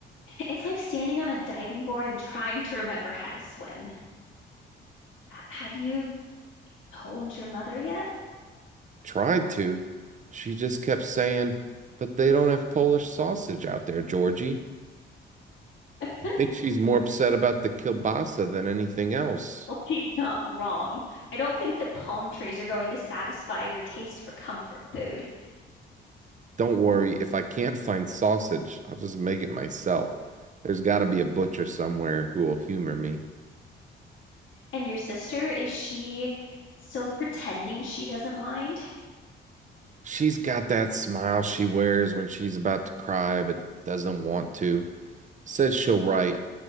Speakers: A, on the left; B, on the right.
A: it's like standing on a diving board and trying to remember how to swim. H- Have you told your mother yet?
B: Tried to. She just kept saying, but they don't have Polish sausage out there, Georgie.
A: <laughs>
B: I think she's more upset about the kielbasa than anything else.
A: Well, she's not wrong. I don't think the palm trees are going to satisfy your taste for comfort food.
B: Don't worry, if I can't <laughs> find sausage, I'll just make it myself. There's got to be a butcher somewhere who will humor me.
A: And your sister, is she still pretending she doesn't mind?
B: She's got that smile she wears when she's about to cry but doesn't want to. Says she'll write,